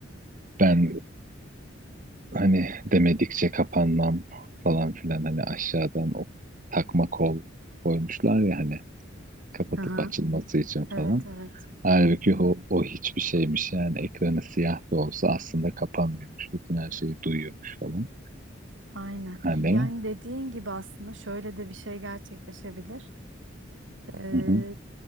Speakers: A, on the right; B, on the right.
A: ben hani demedikçe kapanmam falan filan hani aşağıdan o takma kol koymuşlar ya hani kapatıp
B: Hı hı.
A: açılması için
B: Evet
A: falan.
B: evet
A: Halbuki o, o hiçbir şeymiş yani ekranı siyah da olsa aslında kapanmıyormuş. Bütün her şeyi duyuyormuş falan.
B: aynen.
A: Hani
B: Yani dediğin gibi aslında şöyle de bir şey gerçekleşebilir. Ee,
A: hı hı,